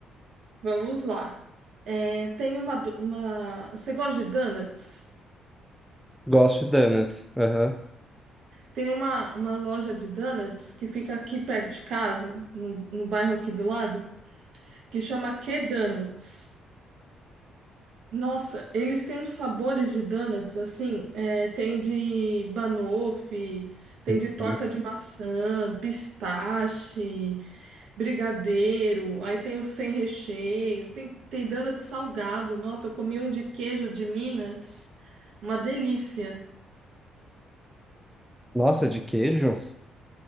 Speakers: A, on the right; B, in the centre.
A: Vamos lá. É, tem uma, do- uma. Você gosta de donuts?
B: Gosto de donuts. Aham.
A: Tem uma, uma loja de donuts que fica aqui perto de casa, no, no bairro aqui do lado, que chama Q Donuts. Nossa, eles têm uns sabores de donuts, assim, é, tem de banoffee, tem
B: Uhum.
A: de torta de maçã, pistache, brigadeiro, aí tem o sem recheio, tem, tem donut salgado. Nossa, eu comi um de queijo de Minas, uma delícia.
B: Nossa, de queijo?